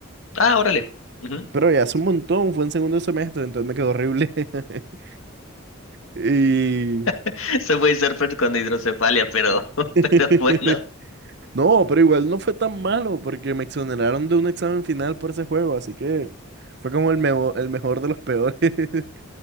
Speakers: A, on the left (about 75°); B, on the right (about 50°).
A: Ah, órale. Ujú.
B: pero ya hace un montón, fue en segundo semestre, entonces me quedó horrible. <laughs> Y...
A: <laughs> Se fue surfer con hidrocefalia, pero, <laughs>
B: <laughs>
A: pero bueno,
B: No, pero igual no fue tan malo porque me exoneraron de un examen final por ese juego, así que fue como el, meo- el mejor de los peores. <laughs>